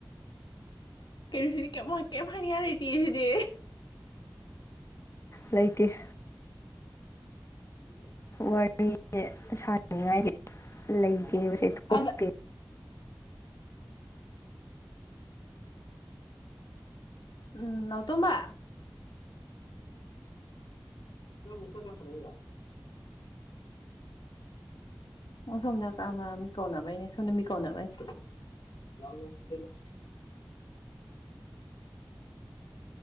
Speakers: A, on the left; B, on the left.
A: ꯀꯩꯅꯣꯁꯤꯗꯤ ꯀꯥꯏꯝ ꯀꯥꯢꯝ ꯍꯥꯏꯅꯤꯉꯥꯢ ꯂꯩꯇꯦꯌꯦ ꯁꯤꯗꯤ
B: ꯂꯩꯇꯦ
A: ꯏ
B: ꯋꯥꯔꯤꯁꯦ ꯁꯥꯟꯅꯤꯡꯉꯥꯏꯁꯦ ꯂꯩꯇꯦꯕꯁꯦ ꯊꯣꯛꯇꯦ
A: ꯑꯗ ꯎꯝ ꯅꯥꯎꯇꯣꯝꯕ ꯅꯪꯃꯨꯛ ꯆꯠꯂꯨꯔ ꯍꯜꯂꯛꯏꯔꯣ ꯑꯣ ꯁꯣꯝꯗ ꯀꯥꯃ ꯃꯤꯀꯥꯎꯅꯕꯥꯏꯅꯦ ꯁꯣꯝꯗ ꯃꯤꯀꯥꯎꯅꯕꯩꯅꯦ <unintelligible>